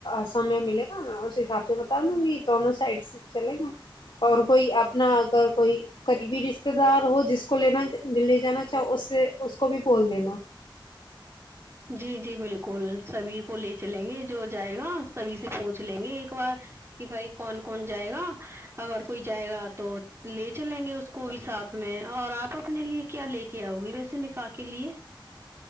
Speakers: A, on the left; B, on the right.
A: سمے ملے گا میں اس حساب سے بتا دوں گی دونوں سائڈس چلیں گے اور کوئی اپنا اگر کوئی قریبی رشتے دار ہو جس کو لینا دل لے جانا چاہ اس سے اس کو بھی بول دینا
B: جی جی بالکل سبھی کو لے چلیں گے جو جائے گا سبھی سے پوچھ لیں گے ایک بار کی بھائی کون کون جائے گا اگر کوئی جائے گا تو لے چلیں گے اس کو بھی ساتھ میں اور آپ اپنے لیے کیا لے کے آؤ گی ویسے نکا کے لیے